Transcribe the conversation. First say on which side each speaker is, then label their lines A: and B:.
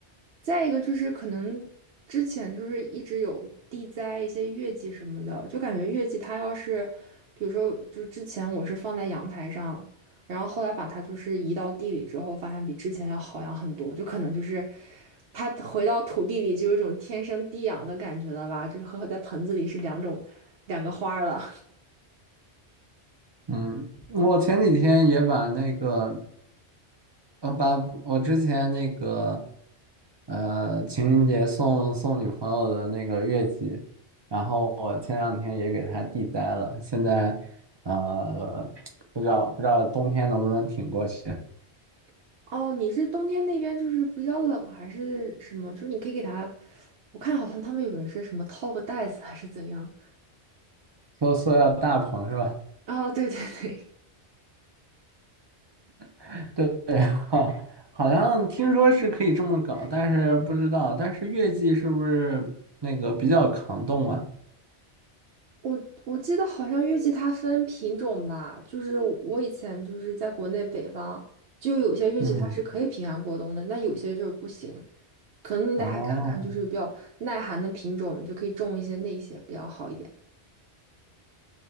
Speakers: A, on the right; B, on the right.
A: 再一个就是可能之前就是一直有地栽一些月季什么的，就感觉月季它要是，比如说就是之前我是放在阳台上，然后后来把它就是移到地里之后，发现比之前要好养很多，就可能就是它回到土地里就有一种天生地养的感觉了吧，就是和在盆子里是两种两个花儿了。
B: 嗯，我前几天也把那个，我把我之前那个呃，情人节送送女朋友的那个月季，然后我前两天也给她地栽了，现在呃不知道不知道冬天能不能挺过去，
A: <laughs> 哦，你是冬天那边就是比较冷还是什么？就是你可以给它，我看好像他们有人是什么套个袋子还是怎样。
B: 说塑料大棚是吧？
A: 哦，对对对，
B: <laughs> 对对，好，好像听说是可以这么搞，但是不知道，但是月季是不是那个比较抗冻啊？
A: 我我记得好像月季它分品种吧，就是我以前就是在国内北方，就有些月季它是可以平安过冬的，
B: 嗯，
A: 那有些就是不行，可能你得还看看就是比较耐寒的品种，
B: 哦。
A: 你就可以种一些那些比较好一点。